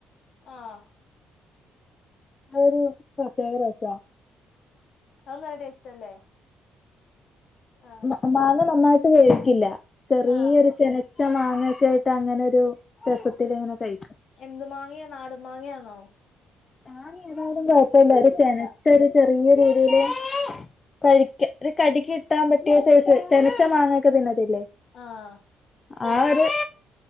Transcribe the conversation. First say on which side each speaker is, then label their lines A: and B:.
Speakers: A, on the left; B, on the left.
A: ആഹ്
B: അതൊരു പ്രത്യേക ടെസ്റ്റാ.
A: അത് നല്ല ടേസ്റ്റ് അല്ലേ ആഹ്
B: മ് മാങ്ങ നന്നായിട്ട് വേവിക്കില്ല ചെറിയൊരു
A: ആഹ്
B: ചെന ഇച്ച മാങ്ങയൊക്കായിട്ടങ്ങനൊരു രസത്തിലിങ്ങനെ കഴിക്കും
A: എന്ത് മാങ്ങയ. നാടൻ മാങ്ങയാന്നോ?
B: സാനം ഏതായിലും കൊഴപ്പില്ല ഒരു തെനച്ച
A: അല്ല
B: ഒരു ചെറിയ രീതിയില് കഴിക്ക ഒരു കടിക്ക് കിട്ടാൻ പറ്റിയ സെയ്സ് ചെനച്ച മാങ്ങൊക്കെ തിന്നത്തില്ലെ
A: ആഹ്
B: ആഹ് ഒരു